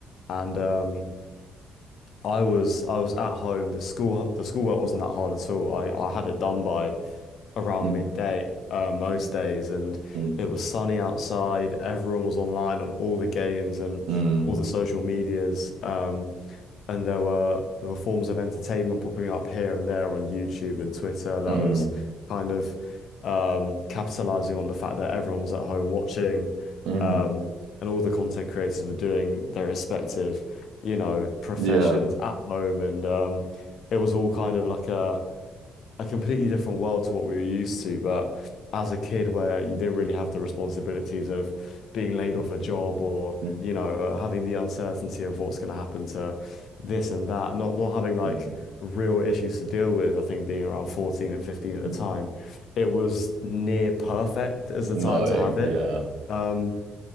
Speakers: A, on the left; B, on the right.
A: And um I was I was at home. The school the schoolwork wasn't that hard at all. I, I had it done by around
B: mm,
A: midday, uh, most days, and
B: mm,
A: it was sunny outside. Everyone was online on all the games and
B: mm,
A: all the social medias. Um, And there were there were forms of entertainment popping up here and there on YouTube and Twitter that
B: mm,
A: was kind of um, capitalizing on the fact that everyone was at home watching,
B: mm.
A: um, and all the content creators were doing their respective, you know, professions
B: Yeah.
A: at home, and um, it was all kind of like a a completely different world to what we were used to. But as a kid, where you didn't really have the responsibilities of being laid off a job or,
B: Mm,
A: you know, uh, having the uncertainty of what's going to happen to this and that, not not having like
B: mm,
A: real issues to deal with. I think being around 14 and 15 at the
B: mm.
A: time, it was near perfect as the
B: No,
A: time to
B: it,
A: have it.
B: yeah.
A: Um,